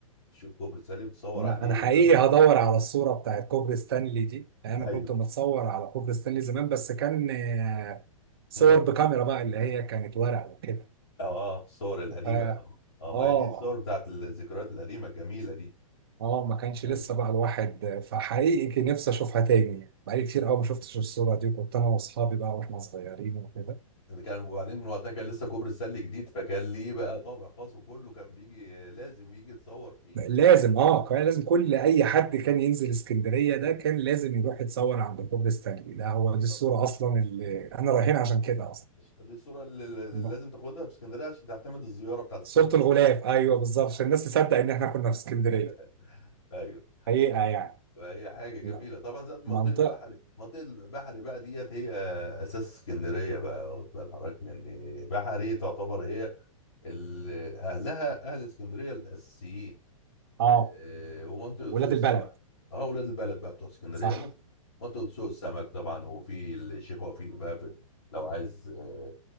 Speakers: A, on the left; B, on the right.
A: بتشوف كوبري ستانلي بتصور
B: انا
A: عليه
B: أنا حقيقي
A: وبياخدوا
B: هدور
A: صور.
B: على الصوره بتاعت كوبري ستانلي دي لأن انا
A: ايوه
B: كنت متصور على كوبري ستانلي زمان بس كان آه، صور
A: مم.
B: بكاميرا بقى اللي هي كانت ورق وكده
A: اه اه الصور القديمه
B: فا
A: اه ما
B: اه
A: هي دي الصور بتاعت الذكريات القديمه الجميله دي
B: اه ما كانش
A: ايوه
B: لسه بقى الواحد فحقيقي كان نفسي اشوفها تاني يعني. بقالي كتير قوي ما شفتش الصوره دي وكنت انا واصحابي بقى واحنا صغيرين وكده
A: ده كان وبعدين وقتها كان لسه كوبري السله جديد فكان ليه بقى طابع خاص وكله كان بيجي لازم يجي يتصور فيه
B: لازم اه كان
A: اه
B: لازم كل اي حد كان ينزل اسكندريه ده كان لازم يروح يتصور عند كوبري ستانلي ده هو
A: بالظبط
B: دي الصوره اصلا اللي احنا رايحين عشان كده
A: دي الصوره اللي اللي
B: اصلا
A: لازم تاخدها في اسكندريه عشان تعتمد الزياره بتاعت اسكندريه
B: صورة الغلاف ايوه بالظبط عشان الناس تصدق ان احنا كنا في اسكندريه
A: <laughs> ايوه
B: حقيقه يعني
A: فهي حاجه جميله
B: لا
A: طبعا ذات منطقه
B: منطقه
A: بحري منطقه بحري بقى ديت هي اساس اسكندريه بقى واخد بال حضرتك لان بحري تعتبر هي ال- اهلها اهل اسكندريه الاساسيين
B: اه
A: آه، ومنطقه
B: ولاد
A: سوق السمك
B: البلد
A: اه اولاد البلد بقى بتوع اسكندريه
B: صح
A: ومنطقه منطقه سوق السمك طبعا وفي الشيخ وفيق بقى في لو عايز آه،